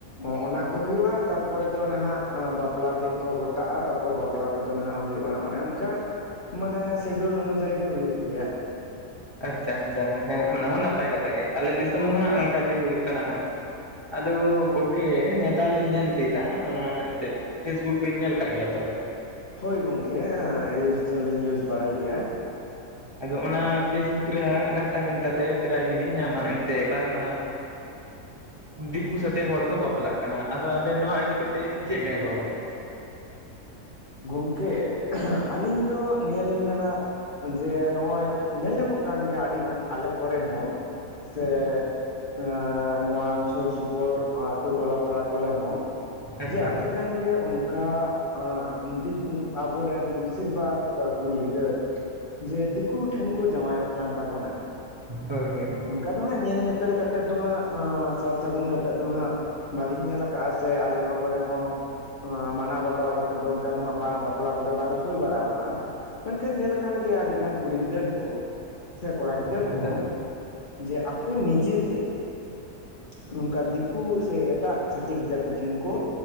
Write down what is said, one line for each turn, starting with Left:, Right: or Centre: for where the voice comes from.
Left: ᱚᱸ ᱚᱱᱟ ᱠᱚ ᱦᱩᱭᱩᱜᱼᱟ, ᱛᱟᱨᱯᱚᱨᱮ ᱫᱚ ᱱᱷᱟᱸᱜ ᱵᱟᱯᱞᱟ ᱫᱤᱱ ᱠᱚ ᱜᱚᱴᱟᱜᱼᱟ ᱛᱟᱯᱚᱨ ᱵᱟᱯ- ᱯᱞᱟ ᱠᱚᱫᱚ ᱱᱷᱟᱸᱜ ᱦᱩᱭᱩᱜᱼᱟ, ᱚᱱᱮ ᱚᱱᱠᱟ ᱢᱟᱱᱮ ᱥᱤᱰᱩᱞ ᱩᱱᱩᱡᱟᱹᱭ ᱜᱮ ᱦᱩᱭᱩᱜ ᱜᱮᱭᱟ᱾
Right: ᱟᱪᱪᱷᱟ ᱟᱪᱪᱷᱟ ᱦᱮᱸ ᱚᱱᱟ ᱢᱟ ᱱᱟᱯᱟᱭ ᱠᱟᱛᱷᱟ ᱜᱮ, ᱟᱞᱮ ᱫᱤᱥᱚᱢ ᱦᱚᱸ ᱦᱟᱸᱜ ᱚᱸᱠᱟ ᱜᱮ ᱦᱩᱭᱩᱜ ᱠᱟᱱᱟ ᱦᱟᱸᱜ, ᱟᱫᱚ ᱜᱚᱝᱠᱮ ᱱᱮᱛᱟᱞᱤᱧ ᱱᱮᱞ ᱤᱫᱤᱭᱮᱫᱟ ᱚᱱᱟ ᱮᱱᱛᱮᱫ ᱯᱷᱮᱥᱵᱩᱠ ᱵᱤᱱ ᱱᱮᱞ ᱟᱠᱟᱜ ᱜᱮᱭᱟ ᱛᱚ,
Left: ᱦᱳᱭ ᱜᱚᱝᱠᱮ ᱮᱸ ᱤᱭᱩᱡᱽ ᱫᱚᱞᱤᱧ ᱤᱭᱩᱡᱽ ᱵᱟᱲᱟᱭ ᱜᱮᱭᱟ᱾
Right: ᱟᱫᱚ ᱚᱱᱟ ᱯᱷᱮᱥᱵᱩᱠ ᱨᱮ ᱦᱟᱸᱜ ᱜᱷᱟᱱᱴᱟ ᱜᱷᱟᱱᱴᱟ ᱛᱮ ᱯᱮᱨᱟᱭ ᱜᱮᱞᱤᱧ ᱧᱟᱢᱼᱟ ᱮᱱᱛᱮ ᱵᱟᱝᱼᱢᱟ, ᱫᱤᱠᱩ ᱥᱟᱛᱮ ᱦᱚᱲ ᱠᱚ ᱵᱟᱯᱞᱟᱜ ᱠᱟᱱᱟ, ᱟᱫᱚ ᱟᱵᱮᱱ ᱱᱚᱣᱟ ᱤᱫᱤ ᱠᱟᱛᱮ ᱪᱮᱜ ᱵᱮᱱ ᱨᱚᱲᱼᱟ?
Left: ᱜᱚᱝᱠᱮᱻᱜ <unintelligible> ᱟᱹᱞᱤᱧ ᱫᱚ ᱱᱤᱭᱟᱹ ᱞᱤᱧ ᱢᱮᱱᱟ ᱡᱮ ᱱᱚᱜᱼᱚᱭ ᱧᱮᱞ ᱧᱟᱢᱚᱜ ᱠᱟᱱ ᱜᱮᱭᱟ ᱟᱹᱰᱤ ᱜᱟᱱ ᱟᱞᱮ ᱠᱚᱨᱮ ᱦᱚᱸ--' ᱥᱮᱻ ᱮᱸᱻ ᱱᱚᱣᱟ ᱥᱩᱨ ᱥᱩᱯᱳᱨ ᱟᱸ ᱟᱛᱩ ᱴᱚᱞᱟ ᱯᱟᱲᱟ ᱠᱚᱞᱮ ᱦᱚᱸ᱾
Right: ᱟᱪᱪᱷᱟ
Left: ᱡᱮ
Right: ᱟᱪᱪᱷᱟ
Left: ᱟᱹᱰᱤ ᱜᱟᱱ ᱜᱮ ᱚᱱᱠᱟᱻᱜ ᱟᱸᱜ ᱤᱸ ᱫᱤᱠ ᱩᱸᱠᱩ ᱟᱵᱚᱨᱮᱱ ᱵᱮᱥᱤᱨ ᱵᱟᱜᱽᱼᱠᱟ ᱠᱩᱲᱤ ᱜᱤᱫᱟᱹᱨ ᱡᱮ ᱫᱤᱠᱩ ᱴᱷᱮᱱ ᱠᱚ ᱡᱟᱶᱟᱭᱚᱜ ᱠᱟᱱ ᱛᱟᱵᱚᱱᱟ,
Right: ᱦᱳᱭ ᱦᱳᱭ!
Left: ᱚᱱᱠᱟ ᱫᱚ ᱦᱟᱸᱜ ᱧᱮᱞ ᱧᱮᱯᱮᱞ ᱠᱟᱛᱮᱜ ᱫᱚ ᱦᱟᱸᱜ ᱟᱸ ᱥᱟᱨ ᱥᱟᱹᱜᱩᱱ ᱠᱟᱛᱮᱫ ᱫᱚ ᱦᱟᱸᱜ ᱵᱟᱹᱞᱤᱧ ᱧᱮᱞ ᱟᱠᱟᱜᱼᱟ ᱥᱮ ᱟᱞᱮ ᱱᱚᱣᱟ ᱠᱚᱨᱮ ᱦᱚᱸ, ᱦᱚᱸ ᱢᱟᱱᱟᱣ ᱵᱟᱛᱟᱣ ᱠᱟᱛᱮᱫ ᱫᱚ ᱩᱱ- ᱠᱟ ᱫᱚ ᱦᱟᱸᱜ ᱵᱟᱝ ᱵᱟᱯᱞᱟ ᱠᱚᱫᱚ ᱵᱟᱞᱮ ᱦᱩᱭ ᱵᱟᱲᱟᱣ ᱟᱠᱟᱜᱼᱟ, ᱢᱮᱱᱠᱷᱟᱱ ᱧᱮᱞ ᱟᱠᱟᱱ ᱜᱮᱭᱟ ᱟᱹᱰᱤ ᱜᱟᱱ ᱠᱩᱲᱤ ᱜᱤᱫᱟᱹᱨ ᱠᱚ, ᱥᱮ ᱠᱚᱲᱟ ᱜᱤᱫᱟᱹᱨ
Right: ᱟᱪᱪᱷᱟ
Left: ᱠᱚᱦᱚᱸ ᱡᱮ ᱟᱠᱚ ᱱᱤᱡᱟᱹᱛᱮ ᱱᱚᱝᱠᱟ ᱫᱤᱠᱩ ᱥᱮ ᱮᱴᱟᱜ ᱪᱷᱟᱹᱛᱤᱠ ᱡᱟᱹᱛᱤ ᱴᱷᱮᱱ ᱠᱚ